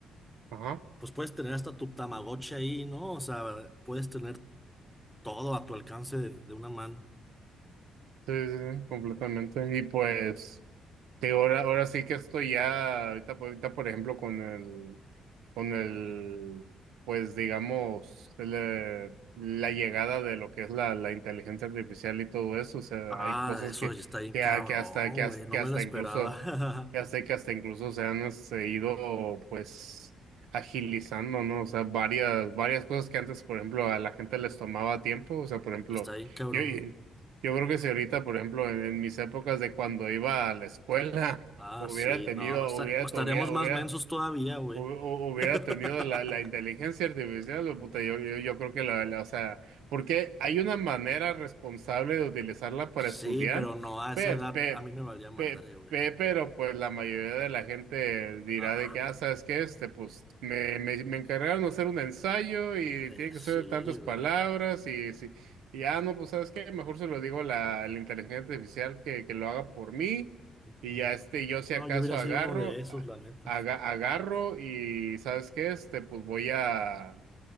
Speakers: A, on the right; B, in the centre.
A: Ajá.
B: pues puedes tener hasta tu Tamagotchi ahí, ¿no? O sea, puedes tener todo a tu alcance de, de una mano.
A: Sí, sí, sí, completamente. Y pues. Sí, ahora, ahora sí que estoy ya, ahorita, por- ahorita por ejemplo con el, con el, pues digamos, el, eh, la llegada de lo que es la, la inteligencia artificial y todo eso, o sea,
B: Ah,
A: hay cosas
B: eso
A: que,
B: ya está bien
A: que,
B: cabrón,
A: ha- que hasta, que, has-
B: güey. No
A: que hasta
B: me lo esperaba.
A: incluso, ya sé que hasta que hasta incluso se han este, ido, pues, agilizando, ¿no? O sea, varias, varias cosas que antes, por ejemplo, a la gente les tomaba tiempo, o sea,
B: <laughs>
A: por ejemplo,
B: Está bien cabrón.
A: yo, yo creo que si ahorita, por ejemplo, en, en mis épocas de cuando iba a la escuela, <laughs>
B: Ah,
A: hubiera
B: sí,
A: tenido,
B: no. está-
A: hubiera,
B: estaríamos
A: hubiera, hubiera,
B: más mensos todavía, güey.
A: hu- hu- hubiera
B: <laughs>
A: tenido la, la inteligencia artificial, o puta, yo, yo, yo creo que la, la- o sea, porque hay una manera responsable de utilizarla para
B: Sí,
A: estudiar,
B: pero no, a
A: pe,
B: esa edad
A: pe,
B: a mí me valía madre,
A: pe-
B: güey.
A: pe- pero pues la mayoría de la gente dirá
B: No,
A: de que, ah, ¿sabes qué? Este, pues me, me, me encargaron de hacer un ensayo y
B: eh,
A: tiene que
B: sí,
A: ser de tantas
B: güey.
A: palabras y, si- y ah, no, pues ¿sabes qué? Mejor se lo digo a la, a la inteligencia artificial que, que lo haga por mí.
B: Ujú.
A: Y ya este, yo si
B: No,
A: acaso
B: yo hubiera
A: agarro
B: sido uno de esos, la neta.
A: aga- agarro y ¿sabes qué? Este, pues voy a